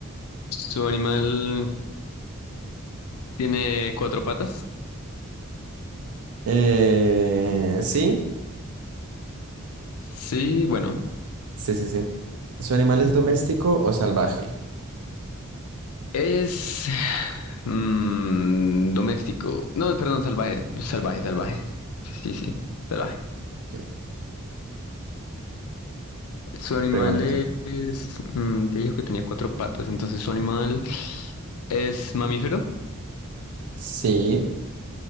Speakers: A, on the left (about 80°); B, on the right (about 85°).
A: ¿Su animal tiene cuatro patas?
B: Eh, sí,
A: Sí, bueno.
B: sí, sí, sí. ¿Su animal es
A: <laughs>
B: doméstico o salvaje?
A: Es mm, doméstico. No, perdón, salvaje. Salvaje, salvaje. Sí, sí, salvaje.
B: Que
A: Su animal
B: Pregunta.
A: es... mm, te dijo que tenía cuatro patas, entonces su animal es mamífero.
B: Sí.